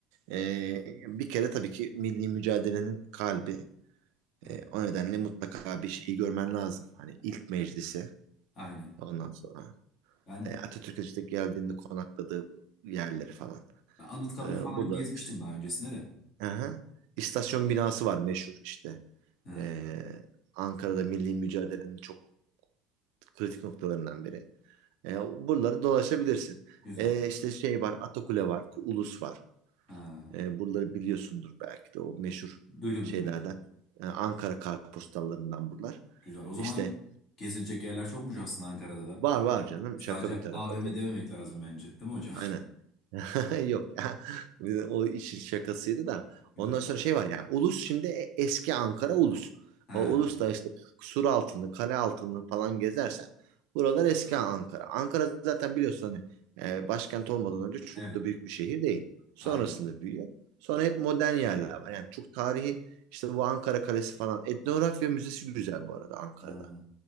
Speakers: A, on the right; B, on the left.
A: Ee, bir kere tabii ki milli mücadelenin kalbi.
B: Evet.
A: Ee, o nedenle mutlaka bir şeyi görmen lazım. Hani ilk meclisi
B: Aynen.
A: ondan sonra.
B: Ben
A: e, Atatürk'ün işte geldiğinde konakladığı yerleri falan.
B: Ben Anıtkabir'i
A: Ee,
B: falan
A: burada
B: gezmiştim
A: işte.
B: daha öncesinde de.
A: Aha. İstasyon binası var meşhur işte.
B: Ha,
A: Ee, Ankara'da milli mücadelenin çok kritik noktalarından biri. Ee, buraları dolaşabilirsin.
B: güzel.
A: Ee, işte şey var, Atakule var, Ulus var.
B: Ha,
A: Ee, buraları biliyorsundur belki de o meşhur
B: duydum
A: şeylerden.
B: duydum evet.
A: Ee, Ankara kartpostallarından buralar.
B: Güzel. O zaman
A: İşte
B: gezilecek yerler çokmuş aslında Ankara'da da.
A: var var canım
B: Sadece
A: şaka bir tarafa.
B: AVM
A: tabii.
B: dememek lazım bence. Değil mi hocam?
A: Aynen. <laughs> Yok ya. Bir de O işin şakasıydı da.
B: <laughs> Evet.
A: Ondan sonra şey var yani Ulus şimdi e- eski Ankara Ulus.
B: Ha,
A: O Ulus da işte sur altını, kale altını falan gezersen buralar eski Ankara. Ankara zaten biliyorsun hani e, başkent olmadan önce çok
B: evet.
A: da büyük bir şehir değil. Sonrasında
B: Aynen.
A: büyüyor. Sonra hep modern yerler var. Yani çok tarihi işte bu Ankara Kalesi falan. Etnografya Müzesi güzel bu arada Ankara'da.
B: Ha,